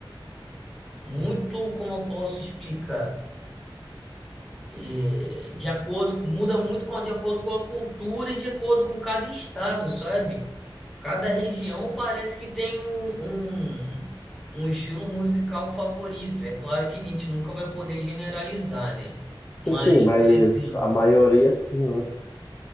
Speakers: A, in the centre; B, on the left.
A: muito, como eu posso explicar, É, de acordo, muda muito com, de acordo com a cultura e de acordo com cada estado, sabe? Cada região parece que tem um, um um estilo musical favorito. É claro que a gente nunca vai poder generalizar, né? Mas,
B: Sim, sim, mas
A: por exemplo,
B: a maioria sim, né?